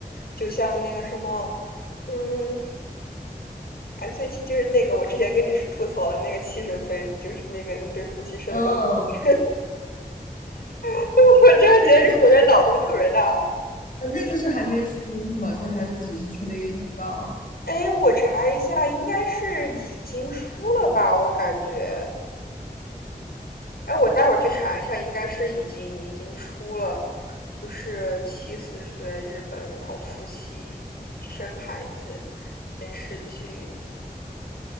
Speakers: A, on the left; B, on the left.
A: 就像那个什么，嗯，哎，最近就是那个我之前跟你吐槽的那个七十岁，就是那个那对夫妻生了个孩子，
B: 嗯，
A: <laughs> 我真的觉得日本人脑洞特别大。
B: 那个就是呃那个是还没出是吗？就还是只是出了一个预告？
A: 哎，我查一下，应该是已经出了吧？我感觉哎，我待会儿去查一下，应该是已经已经出了，就是《七十岁日本老夫妻生孩子》电视剧，